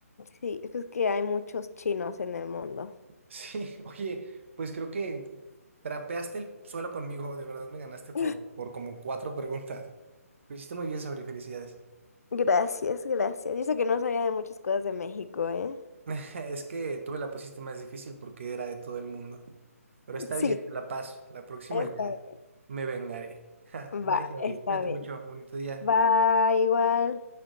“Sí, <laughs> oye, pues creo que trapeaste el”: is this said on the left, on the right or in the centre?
Right